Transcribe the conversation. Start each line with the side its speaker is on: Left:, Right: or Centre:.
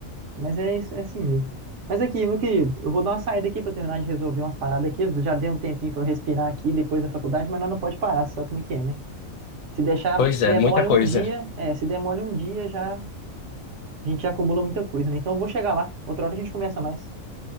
Right: Mas é, isso- é assim mesmo. Mas aqui, meu querido, eu vou dar uma saída aqui para terminar de resolver umas paradas aqui. Eu Já dei um tempinho para eu respirar aqui depois da faculdade, mas nós não pode parar, você sabe como é que é, né? Se deixar,
Left: Pois
Right: se
Left: é,
Right: demole
Left: muita coisa.
Right: um dia, é, se demole um dia já, a gente já acumula muita coisa, né? Então eu vou chegar lá. Outra hora a gente conversa mais.